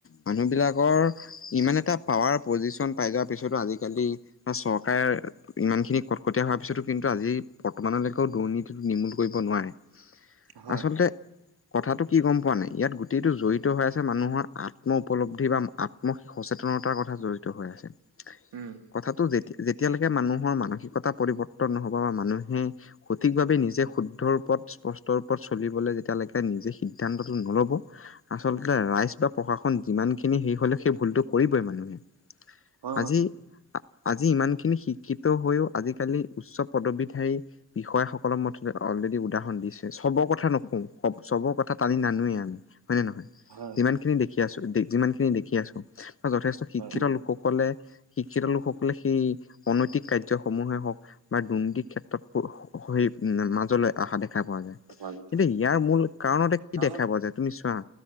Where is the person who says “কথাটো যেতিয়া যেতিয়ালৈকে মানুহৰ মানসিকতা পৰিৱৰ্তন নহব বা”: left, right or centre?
Left